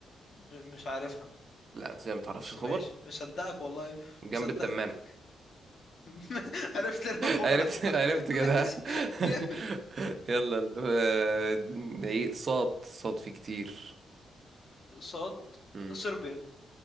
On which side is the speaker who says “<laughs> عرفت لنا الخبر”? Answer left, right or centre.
Left